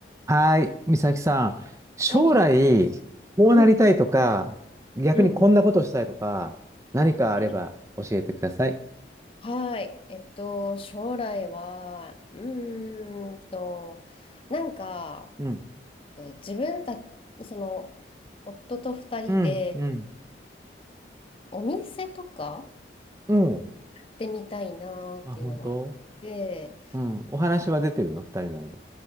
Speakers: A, on the right; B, on the left.
A: はい、美咲さん。将来、
B: はい。
A: こうなりたいとか、
B: うん。
A: 逆にこんなことしたいとか、
B: うんうん。
A: 何かあれば教えてください。
B: はい。はい。えっと、将来は、うーんと、なんか、
A: うん。
B: 自分た、その、夫と二人で、
A: うん、うん、
B: お店とか
A: うん。
B: 行ってみたいなっていうのは。
A: あ、本当
B: で、
A: うん。お話は出てるの二人の間。